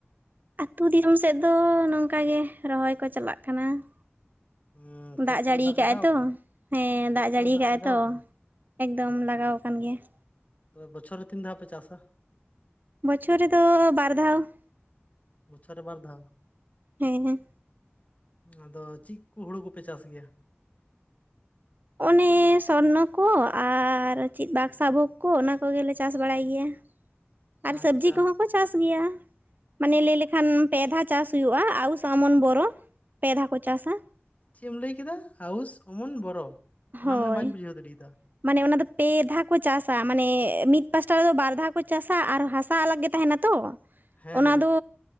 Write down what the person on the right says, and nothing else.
ᱟᱹᱛᱩ ᱫᱤᱥᱚᱢ ᱥᱮᱫ ᱫᱚ ᱱᱚᱝᱠᱟ ᱜᱮ ᱨᱚᱦᱚᱭ ᱠᱚ ᱪᱟᱞᱟᱜ ᱠᱟᱱᱟ ᱾
ᱫᱟᱜ
ᱡᱟᱹᱲᱤ ᱠᱟᱜᱟᱭ
ᱛᱚ
ᱦᱮᱸ
ᱫᱟᱜ
ᱡᱟᱹᱲᱤ ᱠᱟᱜᱟᱭ
ᱛᱚ
᱾ ᱮᱠᱫᱚᱢ
ᱞᱟᱜᱟᱣ ᱠᱟᱱ ᱜᱮᱭᱟ ᱾
ᱵᱚᱪᱷᱚᱨ ᱨᱮᱫᱚ ᱵᱟᱨ ᱫᱷᱟᱣ ᱾
ᱦᱮᱸ ᱦᱮᱸ
ᱚᱱᱮ ᱥᱚᱨᱱᱚ ᱠᱚ ᱟᱨ ᱪᱮᱫ ᱵᱟᱠᱥᱟ ᱵᱷᱳᱜᱽ ᱠᱚ ᱚᱱᱟ ᱠᱚᱜᱮᱞᱮ ᱪᱟᱥ ᱵᱟᱲᱟᱭ ᱜᱮᱭᱟ ᱾ ᱟᱨ
ᱥᱚᱵᱽᱡᱤ ᱠᱚᱦᱚᱸ ᱠᱚ ᱪᱟᱥ ᱜᱮᱭᱟ ᱢᱟᱱᱮ ᱞᱟᱹᱭ ᱞᱮᱠᱷᱟᱱ ᱾ ᱯᱮ ᱫᱷᱟ ᱪᱟᱥ ᱦᱩᱭᱩᱜᱼᱟ ᱟᱣᱩᱥ ᱟᱢᱚᱱ ᱵᱚᱨᱚ ᱯᱮ ᱫᱷᱟᱣ ᱠᱚ ᱪᱟᱥᱟ ᱾
ᱦᱳᱭ᱾
ᱢᱟᱱᱮ ᱚᱱᱟ ᱫᱚ ᱯᱮ ᱫᱷᱟ ᱠᱚ ᱪᱟᱥᱟ ᱢᱟᱱᱮ ᱢᱤᱫ ᱯᱟᱥᱴᱟ ᱨᱮᱫᱚ ᱵᱟᱨ ᱫᱷᱟᱣ ᱠᱚ ᱪᱟᱥᱟ ᱟᱨ ᱦᱟᱥᱟ ᱟᱞᱟᱜᱽ ᱜᱮ ᱛᱟᱦᱮᱱᱟ ᱛᱚ ᱾
ᱚᱱᱟ
ᱫᱚ